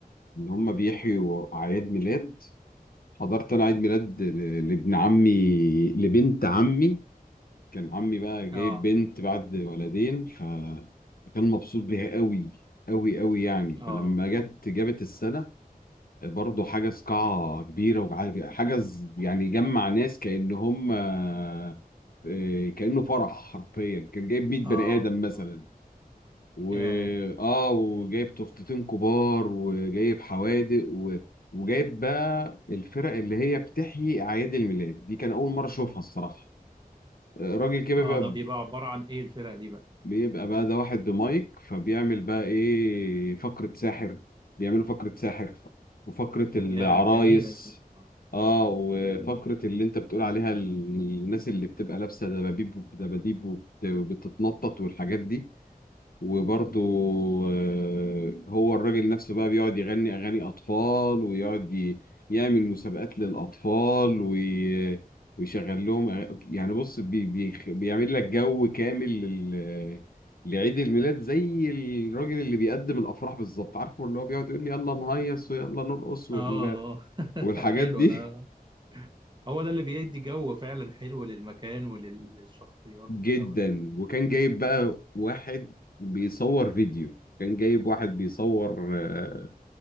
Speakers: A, on the left; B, on the right.
A: اللي هم بيحيوا اعياد ميلاد حضرت انا عيد ميلاد ل- لابن عمي لبنت عمي كان عمي بقى جايب
B: اه
A: بنت بعد ولدين ف... فكان مبسوط بيها قوي قوي قوي يعني فلما
B: اه
A: جت جابت السنة برضه حجز قاعة كبيرة وحجز يعني جمع ناس كأن هم آه، كأنه فرح حرفيا كان جايب 100 بني
B: اه
A: آدم مثلا
B: اه
A: و
B: ياه.
A: اه وجايب تورتتين كبار وجايب حوادق و... وجايب بقى الفرق اللي هي بتحيي أعياد الميلاد دي كان أول مرة أشوفها الصراحة آه، راجل كده
B: اه
A: بقى
B: ده بيبقى عبارة عن ايه الفرق دي بقى
A: بيبقى بقى ده واحد بمايك فبيعمل بقى ايه فقرة ساحر بيعملوا فقرة ساحر وفقرة العرايس
B: يا جميلة اه
A: اه وفقرة اللي انت بتقول عليها ال- الناس اللي بتبقى لابسة دباديب دباديب وبت- وبتتنطط والحاجات دي وبرضه آه، هو الراجل نفسه بقى بيقعد يغني أغاني أطفال ويقعد ي- يعمل مسابقات للأطفال وي- ويشغل لهم أغ- يعني بص بي بي بيعمل لك جو كامل لل لعيد الميلاد زي الراجل اللي بيقدم الأفراح بالظبط عارفه اللي هو بيقعد يقول لي يلا نهيص ويلا نرقص وال...
B: آه. <laughs>
A: والحاجات
B: حلو
A: دي
B: ده هو ده اللي بيدي جو فعلا حلو للمكان وللشخصيات
A: <laughs> جدا
B: اللي حواليه وكده
A: وكان جايب بقى واحد بيصور فيديو كان جايب واحد بيصور آه،